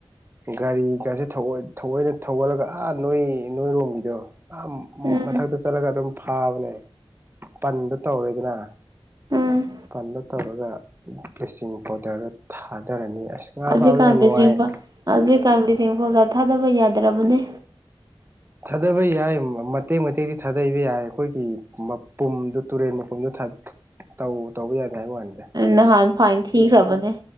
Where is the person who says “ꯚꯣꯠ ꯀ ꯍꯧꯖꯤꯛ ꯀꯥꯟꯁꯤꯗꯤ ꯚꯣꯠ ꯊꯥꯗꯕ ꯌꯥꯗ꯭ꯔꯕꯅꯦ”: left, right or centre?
Right